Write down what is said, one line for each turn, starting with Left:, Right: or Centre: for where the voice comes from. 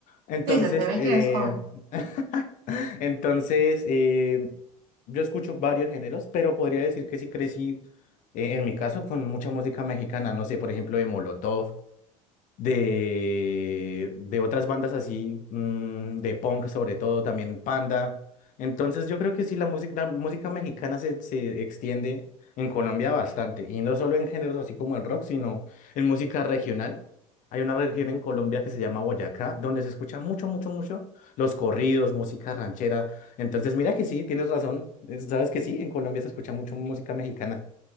Left: entonces,
Right: Sí, se te ve
Left: eh,
Right: que eres joven.
Left: <laughs> <laughs> Entonces, eh, yo escucho varios géneros, pero podría decir que sí crecí, eh, en mi caso, con mucha música mexicana. No sé, por ejemplo, de Molotov, de, de otras bandas así, mm, de punk sobre todo, también Panda. Entonces yo creo que sí, la música, la música mexicana se, se extiende en Colombia bastante, y no solo en géneros así como el rock, sino en música regional. Hay una región en Colombia que se llama Boyacá, donde se escucha mucho, mucho, mucho los corridos, música ranchera. Entonces, mira que sí, tienes razón. es- Sabes que sí, en Colombia se escucha mucho música mexicana.